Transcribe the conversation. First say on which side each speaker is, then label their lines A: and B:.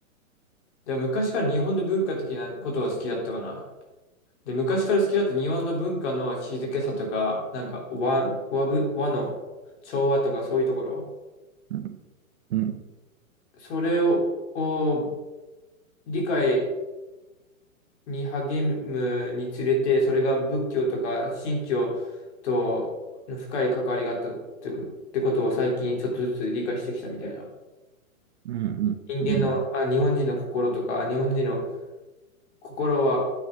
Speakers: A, on the left; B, on the right.
A: でも昔から日本の文化的なことが好きだったかな。で、昔から好きだった日本の文化の静けさとか、なんか和、和ぶ、和の調和とかそういうところ、
B: うん。うん
A: それを、を理解に励むにつれて、それが仏教とか神教との深い関わりがあったってってことを最近ちょっとずつ理解してきたみたいな。
B: うんうん
A: 人間の、あ、日本人の心とか、日本人の心は、